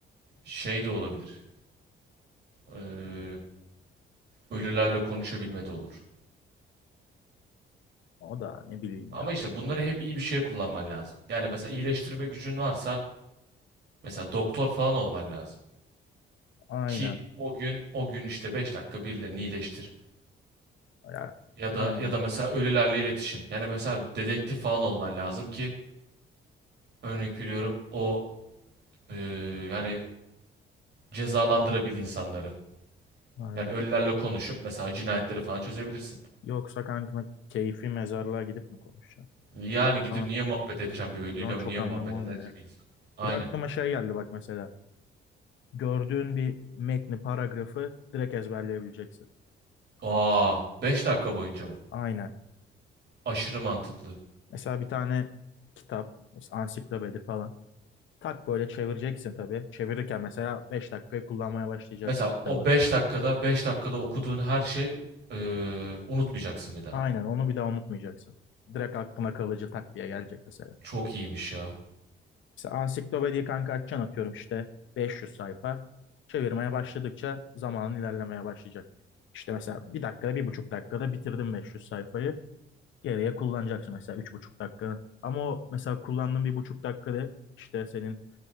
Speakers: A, on the right; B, on the left.
A: Şey de olabilir. Ee, ölülerle konuşabilme de olur.
B: O da ne bileyim
A: Ama
B: yani.
A: işte bunları hep iyi bir şeye kullanman lazım. Yani mesela iyileştirme gücün varsa mesela doktor falan olman lazım.
B: Aynen.
A: Ki o gün o gün işte 5 dakika birilerini iyileştir.
B: Ya,
A: Ya da
B: aynen.
A: ya da mesela ölülerle iletişim. Yani mesela dedektif falan olman lazım ki örnek veriyorum o ee, yani cezalandırabil insanları.
B: Aynen.
A: Yani ölülerle konuşup mesela cinayetleri falan çözebilirsin.
B: Yoksa kankana keyfi mezarlığa gidip mi konuşacağım?
A: Yani gidip
B: O zaman,
A: niye muhabbet edeceğim
B: aynen.
A: bir ölüyle
B: O zaman çok
A: niye
B: anlamı
A: muhabbet eder
B: olmuyor.
A: ki
B: ya.
A: bir insan? Aynen.
B: Bir de aklıma şey geldi bak mesela. Gördüğün bir metni, paragrafı direkt ezberleyebileceksin.
A: Aa, 5 dakika boyunca mı?
B: Aynen.
A: Aşırı mantıklı.
B: Mesela bir tane kitap, mesela ansiklopedi falan. Tak böyle çevireceksin tabii. Çevirirken mesela 5 dakikayı kullanmaya başlayacaksın
A: Mesela
B: kitabı.
A: o beş dakikada beş dakikada okuduğun her şey eee, unutmayacaksın bir daha.
B: Aynen onu bir daha unutmayacaksın. Direkt aklına kalıcı tak diye gelecek mesela.
A: Çok iyiymiş ya.
B: Mesela ansiklopediyi kanka açacaksın atıyorum işte 500 sayfa. Çevirmeye başladıkça zamanın ilerlemeye başlayacak. İşte mesela bir dakikada bir buçuk dakikada bitirdim 500 sayfayı. Geriye kullanacaksın mesela üç buçuk dakikanı. Ama o mesela kullandığın bir buçuk dakikada işte senin